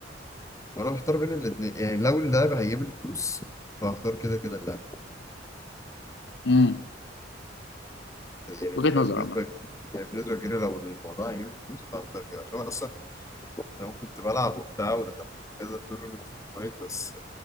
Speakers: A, on the left; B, on the left.
A: وأنا محتار بين الاتنين يعني لو اللعب هيجيب لي فلوس فهختار كده كده اللعب
B: امم
A: يعني
B: وجهة
A: في-
B: نظر
A: بالنسبة
B: عامة
A: يعني بالنسبة كده لو الموضوع هيجيب لي فلوس فهختار كده عشان أنا أصلا زمان كنت بلعب وبتاع ودخلت كذا تورنمنت في الفايت بس